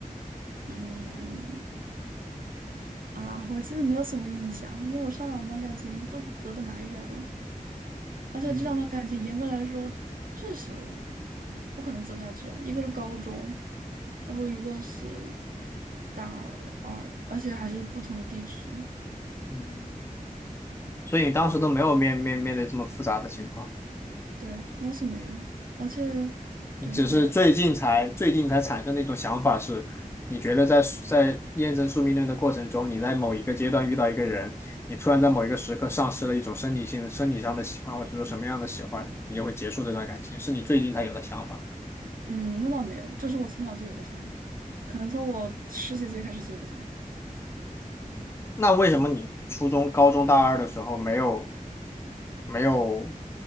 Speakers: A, on the right; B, on the left.
A: 嗯啊，我其实没有什么印象，因为我上两段感情都隔得蛮远了。而且这两段感情严格来说确实
B: 嗯
A: 不可能走下去啊，一个是高中，然后一个是大二，二，而且还是不同地区。
B: 嗯，所以你当时都没有面面面对这么复杂的情况，
A: 对，那是没有，而且
B: 你只是最近才最近才产生的一种想法是，
A: 对没有，
B: 你觉得在在验证宿命论的过程中，你在某一个阶段遇到一个人，你突然在某一个时刻丧失了一种生理性生理上的喜欢，或者说什么样的喜欢，你就会结束这段感情，是你最近才有的想法。
A: 嗯，那倒没有，这是我从小就有的想法，可能从我十几岁开始就有的想法，
B: 那为什么你初中、高中、大二的时候没有没有